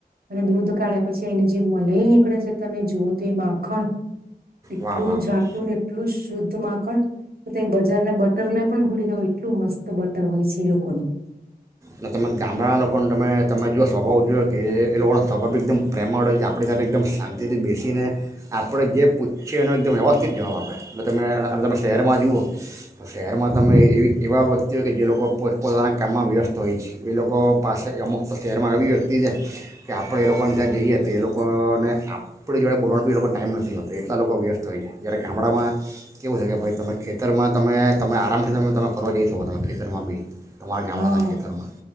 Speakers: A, on the right; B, on the right.
A: અને દૂધ કાઢ્યા પછી એની જે મલાઈ નીકળે છે તમે જુઓ તો એ માખણ, એટલું
B: વાહ વાહ
A: જાટું
B: વાહ
A: ન એટલું શુદ્ધ માખણ, તે બજારના બટરને પણ ભૂલી દવ એટલું મસ્ત બટર હોય છે એ લોકોનું.
B: ન તમે ગામડા લોકોન તમે-તમે જુઓ સ્વભાવ જુઓ કે એ લોકોનો સ્વભાવ બી એકદમ પ્રેમળ હોય છે આપણી સાથે એકદમ શાંતિથી બેસીને આપણે જે પૂછીએ એનો એકદમ વ્યવસ્થિત જવાબ આપે, એટલે તમે અન-અને તમે શહેરમાં જુઓ, તો શહેરમાં તમે એ-એવી-એવા વ્યક્તિઓય કે જે લોકો પોત-પોતાના કામમાં વ્યસ્ત ત હોય છે એ લોકો પાસે અમુક તો શહેરમાં એવી વ્યક્તિ છે કે આપડે એ લોકોન તાં જઈએ તો એ લોકો ન આપડી જોડે બોલવાનો બી એ લોકોન ટાઈમ નથી હોતો એટલા લોકો વ્યસ્ત હોય છે, જ્યારે ગામડામાં, કેવું છે કે ભઈ તમે ખેતરમાં તમે-તમે આરામથી તમે-તમે ફરવા જઈ શકો તમે ખેતરમાં બી. તમાર ગામડાના
A: હા
B: ખેતરમાં